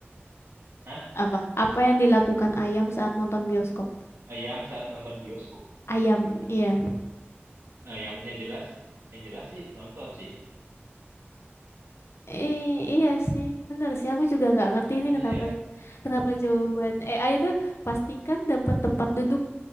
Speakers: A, on the right; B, on the left.
A: Hah?
B: Apa? Apa yang dilakukan ayam saat nonton bioskop?
A: Ayam saat nonton bioskop.
B: Ayam, iya.
A: Ah, yang yang jelas yang jelas sih nonton sih.
B: I- iya sih, bener sih. Aku juga nggak ngerti ini
A: Ini
B: kenapa
A: ya.
B: kenapa jawaban AI itu pastikan dapat tempat duduk